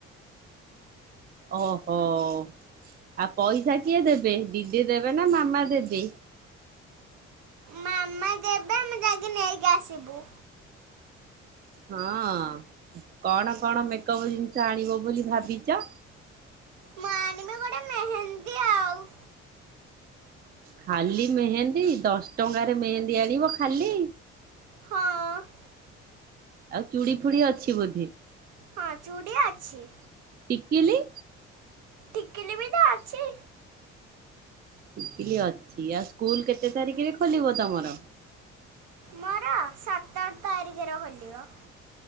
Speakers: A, on the right; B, on the right.
A: ଓହୋ ଆଉ ପଇସା କିଏ ଦେବେ ଦିଦି ଦେବେ ନା ମାମା ଦେବେ?
B: ମାମା ଯେବେ ଆମେ ଯାଇକି ନେଇକି ଆସିବୁ।
A: ହଁ କଣ କଣ ମେକଅପ୍ ଜିନିଷ ଆଣିବ ବୋଲି ଭାବିଛ?
B: ମୁଁ ଆଣିବି ଗୋଟେ ମେହେନ୍ଦୀ ଆଉ।
A: ଖାଲି ମେହେନ୍ଦୀ ଦଶ ଟଙ୍କାରେ ମେହେନ୍ଦୀ ଆଣିବ ଖାଲି?
B: ହଁ।
A: ଆଉ ଚୁଡ଼ି ଫୁଡି ଅଛି ବୋଧେ?
B: ହଁ ଚୁଡ଼ି ଅଛି।
A: ଟିକିଲି
B: ଟିକିଲି ବି ତ ଅଛି।
A: ଟିକିଲି ଅଛି, ଆଉ ସ୍କୁଲ୍ କେତେ ତାରିଖରେ ଖୋଲିବ ତମର?
B: ମୋର ସତର୍ ତାରିଖରେ ଖୋଲିବ।